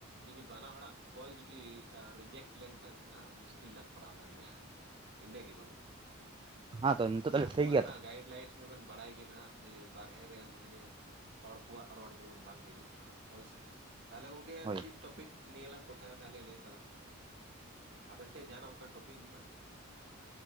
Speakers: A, on the right (about 55°); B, on the right (about 25°).
A: ᱡᱩᱫᱤ ᱵᱟᱱᱟ ᱦᱚᱲᱟᱜ ᱠᱚᱞ ᱡᱩᱫᱤ ᱟᱻ ᱨᱤᱡᱮᱠᱴ ᱞᱮᱱᱠᱷᱟᱱ ᱱᱟᱦᱜ ᱢᱩᱥᱠᱤᱞ ᱞᱟᱝ ᱯᱟᱲᱟᱣ ᱫᱟᱲᱮᱭᱟᱜᱼᱟ <unintelligible> ᱤᱱᱟᱹ ᱜᱮ ᱵᱚᱞᱮ
B: ᱦᱮᱸ ᱱᱤᱛᱚᱜ ᱛᱚ ᱛᱟᱦᱚᱞᱮ
A: ᱟᱨ
B: ᱴᱷᱤᱠ
A: ᱱᱚᱣᱟ
B: ᱜᱮᱭᱟ
A: ᱨᱮᱱᱟᱜ
B: ᱛᱚ
A: ᱜᱟᱭᱤᱰ ᱞᱟᱭᱤᱱᱥ ᱢᱟᱵᱮᱱ ᱵᱟᱲᱟᱭ ᱜᱮ ᱱᱚᱦᱟᱜ ᱡᱮ ᱵᱟᱨᱦᱮ ᱨᱮ ᱢᱟᱱᱮ ᱦᱚᱲ ᱠᱚᱣᱟᱜ ᱨᱚᱲ ᱡᱮᱢᱚᱱ ᱵᱟᱝ ᱦᱤᱡᱩᱜ ᱱᱟᱦᱟᱜ ᱦᱚᱳᱭᱥᱮ ᱛᱟᱞᱦᱮ ᱜᱚᱝᱠᱮ
B: ᱦᱳᱭ
A: ᱪᱤᱫ ᱴᱚᱯᱤᱠ ᱱᱤᱭᱟᱹ ᱞᱟᱝ ᱠᱚᱛᱷᱟᱭᱟ ᱛᱟᱦᱚᱞᱮ ᱞᱟᱹᱭ ᱛᱟᱞᱟᱝ ᱢᱮ ᱟᱵᱮᱱ ᱴᱷᱮᱱ ᱡᱟᱦᱱᱟᱜ ᱚᱝᱠᱟ ᱴᱚᱯᱤᱝ ᱢᱮᱱᱟᱜᱼᱟ